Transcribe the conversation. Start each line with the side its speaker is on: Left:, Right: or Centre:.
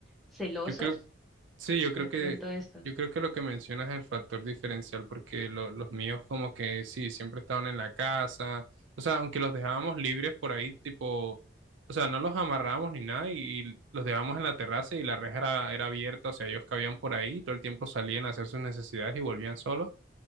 Centre: celosos,
Right: Yo creo, Sí, yo creo
Centre: de
Right: que,
Centre: pronto esto.
Right: yo creo que lo que mencionas es el factor diferencial, porque lo- los míos como que sí, siempre estaban en la casa, o sea, aunque los dejábamos libres por ahí, tipo, o sea, no los amarrábamos ni nada y, los dejábamos en la terraza y la reja era, era abierta, o sea, ellos cabían por ahí, todo el tiempo salían a hacer sus necesidades y volvían solos,